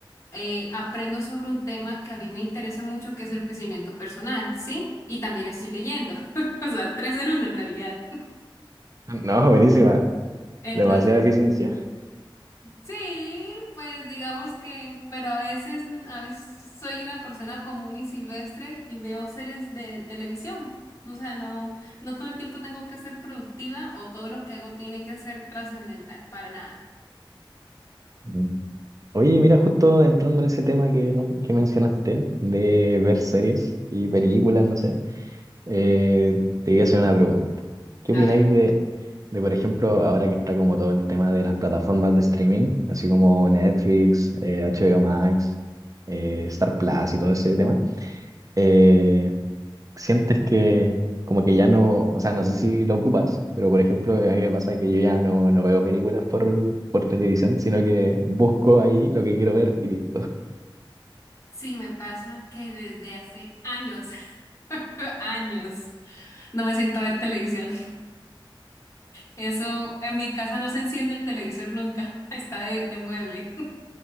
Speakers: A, on the left (about 35°); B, on the right (about 40°).
A: eh, aprendo sobre un tema que a mí me interesa mucho, que es el crecimiento personal, ¿sí? Y también estoy leyendo. <laughs> O sea, tres en uno en realidad.
B: No, buenísima,
A: <laughs> Entonces,
B: demasiada eficiencia.
A: sí, pues digamos que, pero a veces, a veces soy una persona común y silvestre y veo series de televisión. O sea, no, no todo el tiempo tengo que ser productiva o todo lo que hago tiene que ser trascendental, para nada.
B: Mm. Oye, mira, justo entrando en ese tema que, no- que mencionaste, de ver series y películas, no sé. Eh, te voy a hacer una pregunta. ¿Qué
A: A
B: opináis
A: ver,
B: de, de, por ejemplo, ahora que está como todo el tema de las plataformas de streaming, así como Netflix, eh, HBO Max, eh, Star Plus y todo ese tema? Eh, ¿sientes que como que ya no, o sea, no sé si lo ocupas, pero por ejemplo, a mí me pasa que yo ya no, no veo películas por, por televisión, sino que busco ahí lo que quiero ver y listo.
A: sí me pasa que desde hace años, <laughs> años, no me siento a ver televisión. Eso, en mi casa no se enciende el televisor nunca, <laughs> está de, de mueble.